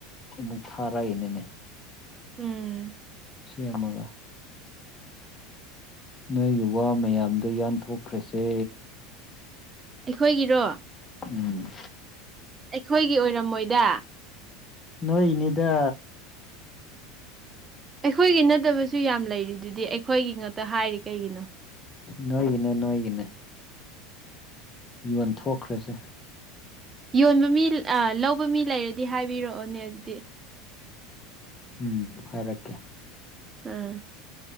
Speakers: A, on the left (about 25°); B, on the right (about 25°).
A: ꯑꯃꯨꯛ ꯊꯥꯔꯛꯏꯅꯤꯅꯦ
B: ꯎꯝ
A: ꯁꯤꯃꯒ ꯅꯣꯏꯒꯤ ꯋꯥ ꯃꯌꯥꯝꯗꯣ ꯌꯥꯟꯊꯣꯛꯈ꯭ꯔꯁꯦ
B: ꯑꯩꯈꯣꯏꯒꯤꯔꯣ
A: ꯎꯝ
B: ꯑꯩꯈꯣꯏꯒꯤ ꯑꯣꯏꯔꯝꯃꯣꯏꯗ
A: ꯅꯣꯏꯅꯤꯗ
B: ꯑꯩꯈꯣꯏꯒꯤ ꯅꯠꯇꯕꯁꯨ ꯌꯥꯝ ꯂꯩꯔꯤ ꯑꯗꯨꯗꯤ ꯑꯩꯈꯣꯏꯒꯤ ꯉꯥꯛꯛꯇ ꯍꯥꯏꯔꯤ ꯀꯩꯒꯤꯅꯣ
A: ꯅꯏ ꯀ ꯅꯣꯡꯥꯏ ꯀꯅꯦ ꯌꯣꯟꯊꯣꯛꯈ꯭ꯔꯁꯦ
B: ꯌꯣꯟꯕ ꯃꯤ ꯂꯧꯕ ꯃꯤ ꯂꯩꯔꯗꯤ ꯍꯥꯏꯕꯤꯔꯛꯑꯣꯅꯦ ꯑꯗꯨꯗꯤ
A: ꯎꯝ ꯍꯥꯏꯔꯀꯦ
B: ꯑꯥ